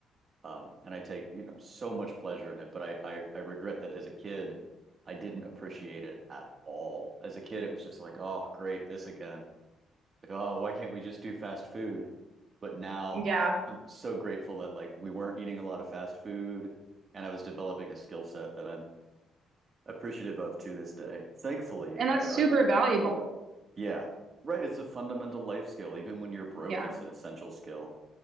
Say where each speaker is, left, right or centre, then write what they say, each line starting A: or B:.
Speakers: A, on the right; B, on the right.
A: Um, and I take, you know, so much pleasure in it, but I, I I regret that as a kid, I didn't appreciate it at all. As a kid, it was just like, oh, great, this again. Like, oh, why can't we just do fast food? But now
B: Yeah.
A: I'm so grateful that like we weren't eating a lot of fast food, and I was developing a skill set that I'm appreciative of to this day. Thankfully,
B: And
A: I
B: that's super
A: I
B: valuable.
A: yeah, right, it's a fundamental life skill. Even when you're broke,
B: Yeah,
A: it's an essential skill.